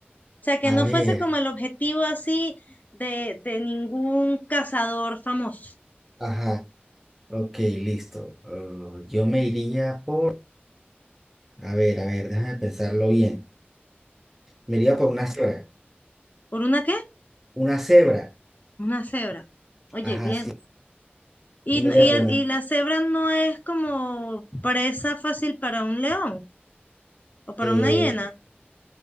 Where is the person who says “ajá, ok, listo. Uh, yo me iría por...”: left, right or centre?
Centre